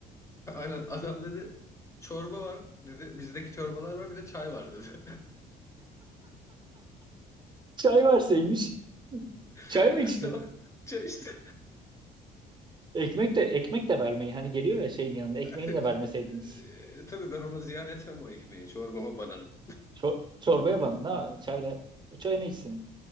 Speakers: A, on the left; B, on the right.
A: <laughs> Aynen adam dedi çorba var dedi. Bizdeki çorbalar var bir de çay var dedi.
B: Çay verseymiş. Çay
A: <laughs>
B: mı içti?
A: Tamam çay işte.
B: Ekmek de ekmek de vermeyin. Hani geliyor ya şeyin yanında. Ekmeğini
A: <laughs>
B: de vermeseydiniz.
A: E, Tabii ben ona ziyan etmem o ekmeği. Çorbama banarım.
B: Çor çorbaya ban. Na çayla. O çayını içsin.